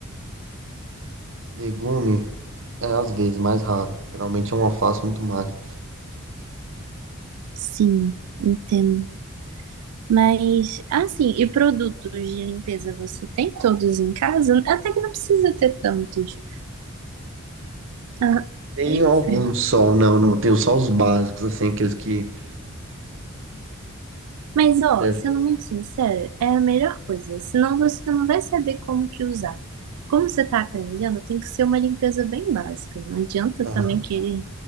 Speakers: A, on the right; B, on the right.
A: Legume, é às vezes mais raro. Geralmente é um alface e um tomate.
B: Sim, entendo. Mas, assim, e produtos de limpeza você tem todos em casa? Até que não precisa ter tantos. Ah,
A: Tenho
B: enfim.
A: alguns só, não, não, tenho só os básicos, assim, aqueles que
B: Mas, ó,
A: servem.
B: sendo muito sincera, é a melhor coisa. Senão você não vai saber como que usar. Como você tá aprendendo, tem que ser uma limpeza bem básica. Não adianta também
A: Aham,
B: querer